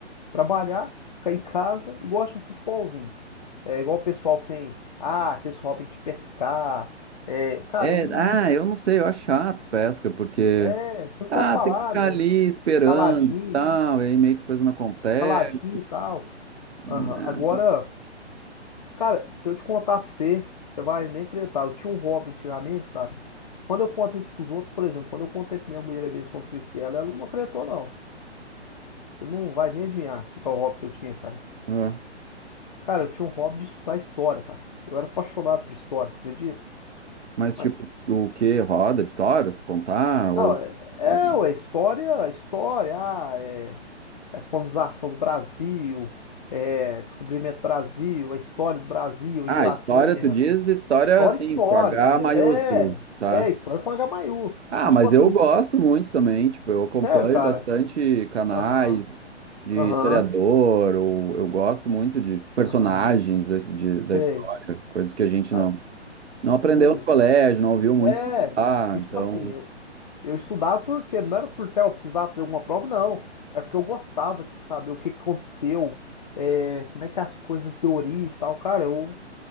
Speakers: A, on the left; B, on the right.
A: Trabalhar, ficar em casa e gosto de um futebolzinho. É igual o pessoal que tem, ah, aqueles hobby de pescar. É, cara,
B: É,
A: um,
B: ah, eu não sei, eu acho chato pesca, porque,
A: é, você não
B: ah,
A: pode falar,
B: tem que ficar
A: né?
B: ali esperando
A: Caladinho,
B: e tal, e aí meio que coisa não acontece,
A: caladinho e tal.
B: né?
A: Aham. Agora, cara, se eu te contar pra você, você vai nem acreditar. Eu tinha um hobby antigamente, cara. Quando eu conto isso pros outros, por exemplo, quando eu contei pra minha mulher mesmo, quando conheci ela, ela não acreditou, não. Você não vai nem adivinhar o que que é o hobby que eu tinha, cara.
B: Ah,
A: Cara, eu tinha um hobby de estudar história, cara. Eu era apaixonado por história, você acredita?
B: Mas,
A: Mas,
B: tipo, o que? Roda de história, tu contar,
A: não,
B: ou,
A: é, é,
B: ou...
A: ué, história, história, ah, é, é a colonização do Brasil, é descobrimento do Brasil, a história do Brasil,
B: Ah,
A: Inglaterra.
B: história, tu diz história,
A: História,
B: assim,
A: história,
B: com H
A: entendeu?
B: maiúsculo,
A: É,
B: tá?
A: é, história com H maiúsculo.
B: Ah,
A: E tipo
B: mas
A: assim,
B: eu
A: no
B: gosto muito também, tipo, eu acompanho
A: sério, cara.
B: bastante canais
A: Aham,
B: de
A: aham,
B: historiador, ou eu gosto muito de personagens
A: aham,
B: da, de- da
A: sei.
B: história, coisas que a gente
A: Ah,
B: não, não aprendeu
A: Não,
B: no colégio, não ouviu muito
A: é,
B: falar,
A: e
B: então...
A: tipo assim, Eu estudava porque não era porque ah, eu precisava fazer alguma prova, não. É porque eu gostava de saber o que que aconteceu, é, como é que as coisas deu origem e tal. Cara, eu